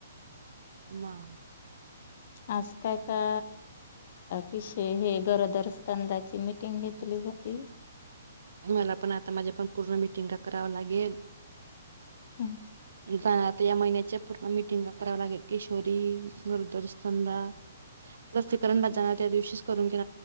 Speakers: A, on the right (about 70°); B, on the left (about 55°).
A: म
B: आज काय का विषय हे गरोदर स्तंदाची मीटिंग घेतली होती
A: मला पण आता माझ्या पण पूर्ण मिटिंगा कराव लागेल
B: हम्म
A: बा या महिन्याच्या पूर्ण मिटिंगला करावं लागेल किशोरी दुरदर्शन द लसीकरण द त्या दिवशी करून